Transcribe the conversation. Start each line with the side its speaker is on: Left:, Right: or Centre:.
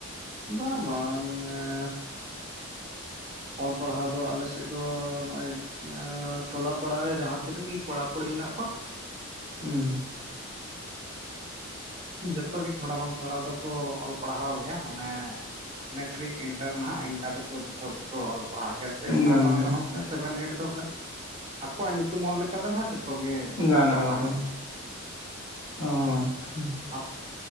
Right: ᱵᱟᱝ ᱵᱟᱝ ᱮᱸ ᱚᱞ ᱯᱟᱲᱦᱟᱣ ᱫᱚ ᱟᱞᱮ ᱥᱮᱫ ᱫᱚ ᱱᱚᱜᱼᱚᱭ ᱮᱸ ᱴᱚᱞᱟ ᱯᱟᱲᱟ ᱨᱮ ᱡᱟᱸᱦᱟ ᱛᱤᱱᱟᱹᱜ ᱜᱮ ᱠᱚᱲᱟ ᱠᱩᱲᱤ ᱢᱮᱱᱟᱜ ᱠᱚᱣᱟ᱾
Left: ᱦᱩᱸ
Right: ᱡᱚᱛᱚ ᱜᱮ ᱛᱷᱚᱲᱟ ᱵᱟᱝ ᱛᱷᱚᱲᱟ ᱫᱚᱠᱚ ᱚᱞ ᱯᱟᱲᱦᱟᱣ ᱜᱮᱭᱟ ᱢᱟᱱᱮ ᱢᱮᱴᱨᱤᱠ ᱤᱱᱴᱟᱨ ᱱᱟᱦᱟᱜ ᱤᱱᱠᱟ ᱫᱚᱠᱚ ᱡᱚᱛᱚ ᱜᱮ᱾ ᱚᱞ ᱯᱟᱲᱦᱟᱣ ᱜᱮᱭᱟ ᱥᱮ ᱩᱱᱟᱹᱜ
Left: ᱜᱟᱱ
Right: ᱵᱟᱝ
Left: ᱜᱮᱭᱟ
Right: ᱨᱮᱦᱚᱸᱚᱞᱮ ᱥᱮᱵᱷᱮᱱ ᱮᱭᱤᱴ ᱫᱚ ᱵᱚᱞᱮ ᱟᱠᱚᱣᱟᱜ ᱧᱩᱛᱩᱢ ᱚᱞ ᱞᱮᱠᱟ ᱫᱚ ᱱᱟᱦᱟᱜ ᱡᱚᱛᱚ᱾ ᱡᱚᱛᱚ ᱜᱮ
Left: ᱜᱟᱱ
Right: ᱚᱞ ᱯᱟᱲᱦᱟᱣ
Left: ᱠᱟᱫᱟ ᱠᱚ
Right: ᱫᱚ ᱢᱮᱱᱟᱜᱼᱟ᱾
Left: ᱚ ᱪᱪᱷᱟ
Right: ᱟᱯᱮ